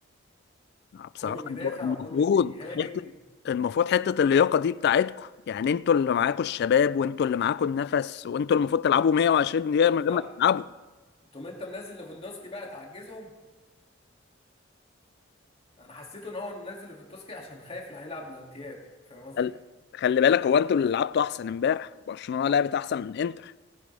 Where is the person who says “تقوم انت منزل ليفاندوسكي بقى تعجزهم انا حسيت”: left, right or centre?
Left